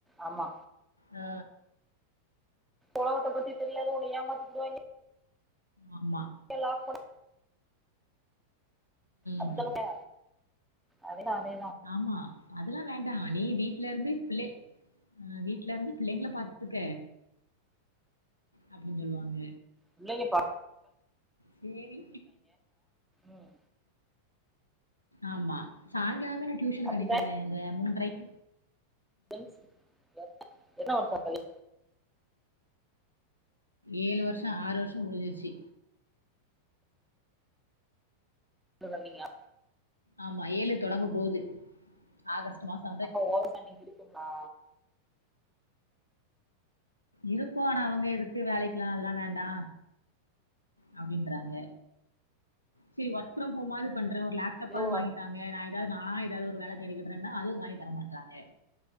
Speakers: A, in the centre; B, on the left.
A: ஆமா
B: ஆ
A: ஒலகத்த பத்தி தெரியாது ஒன்ன ஏமாத்திபுடுவாய்ங்க
B: ஆமா
A: ஏ லாக் போடு அத்தலுமே
B: ம்
A: அதேதா அதே
B: ஆமா அதெல்லா வேண்டா நீ வீட்லருந்து பிள்ளே ஆ வீட்லருந்து பிள்ளைங்கள பாத்துக்க அப்டின் சொல்லுவாங்க
A: பிள்ளைக பா
B: சேரி
A: ம்
B: ஆமா சாய்ங்காலமே நா டியூஷனுக்கு
A: அப்படித்தா
B: அனுப்பிருவே இந்த மூன்றைக்
A: ஃப்ரண்ஸ் என்ன என்னா ஒர்க் பாக்கதே
B: ஏழு வருஷோ ஆறு வருஷோ முடிஞ்சிர்ச்சி
A: இல்ல ரன்னிங்கா
B: ஆமா ஏழு தொடங்க போது ஆகஸ்ட்டு மாசோ
A: அப்ப ஓவர் சன்டிங் இருக்குங்ளா
B: இருக்கு ஆனா அவுங்க எதுக்கு வேலைக்லா அதெலா வேண்டா அப்பிடின்றாங்க சி ஒர்க்ஃப்ரம் ஹோமாது பண்றே ஒரு லேப்டாப்பாது
A: யோ
B: வாங்கி தாங்க நா எதாது நானா எதாது ஒரு வேல தேடிக்கிக கிறன்னா அதுவு வாங்கி தரமாட்றாங்க